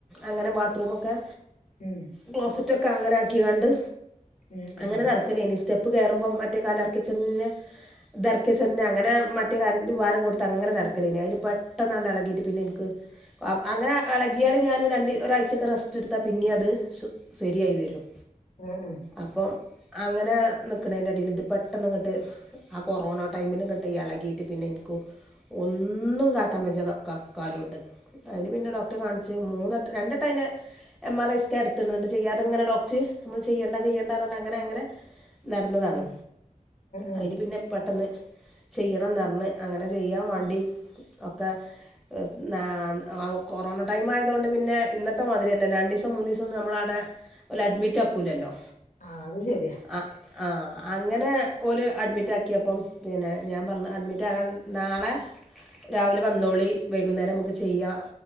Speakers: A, in the centre; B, on the left (about 70°).
A: അങ്ങനെ ബാത്ത്റൂമൊക്കെ
B: ഉം
A: ക്ലോസറ്റൊക്കെ അങ്ങനെ ആക്കി കാണ്ട്
B: ഉം
A: അങ്ങനെ
B: ഉം
A: നടക്കലേനി സ്റ്റെപ്പ് കേയറുമ്പം മറ്റേ കാല് അർക്കിവച്ചെന്നെ ഇതറക്കിവച്ചെന്നെ അങ്ങനെ മറ്റേ കാല്ൽ ഭാരം കൊടുത്ത് അങ്ങനെ നടക്കലേനി അയില് പെട്ടന്നാണ്ട് ഇളകിയിട്ട് പിന്നെ ഇൻക്ക് അഹ് അങ്ങനെ എളകിയാൽ ഞാൻ രണ്ട് ഒരാഴ്ചൊക്കെ റെസ്റ്റ് എടുത്താ പിന്നിം അത് സു ശരിയായി വരും
B: ഉം ഉം
A: അപ്പം അങ്ങനെ നിക്ക്ണേന്റെ ഇടയിൽ ഇത് പെട്ടെന്ന് ഇങ്ങോട്ട് ആഹ് കൊറോണ ടൈമിൽ ഇങ്ങട്ട് എളകീട്ട് പിന്നെ എനിക്ക് ഒന്നും കാട്ടാൻ വെജ്ജ കം കാലോണ്ട് അയില് പിന്നെ ഡോക്ടറെ കാണി ച്ച് മൂന്നട്ട രണ്ടട്ട അയിനെ എം ആർ ഐ സ്കാൻ എടുത്തിണ് ചെയ്യാതെങ്ങനെ ഡോക്റ്റ് നമ്മള് ചെയ്യണ്ട ചെയ്യേണ്ടാ പറഞ്ഞാണ്ട് അങ്ങനെ അങ്ങനെ നടന്നതാണ്
B: ഉം ഉം ഉം ഉം
A: അയില് പിന്നെ പെട്ടെന്ന് ചെയ്യണംന്നർഞ്ഞ് അങ്ങനെ ചെയ്യാൻ വേണ്ടി ഒക്കെ ത് നാ കൊറോണ ടൈമായയതോണ്ട് പിന്നെ ഇന്നത്തെ മാതിരിഅല്ലല്ലോ രണ്ടീസം മൂന്നീസൊന്നും നമ്മളവിടെ ഓല് അഡ്മിറ്റാക്കൂലല്ലോ
B: ആഹ് അത് ശരിയാ
A: ആഹ് ആഹ് അങ്ങനെ ഓല് അഡ്മിറ്റ് ആക്കിയപ്പം പിന്നെ ഞാൻ പറഞ്ഞു അഡ്മിറ്റാകാൻ നാളെ രാവിലെ വന്നോളി വൈകുന്നേരം നമുക്ക് ചെയ്യാ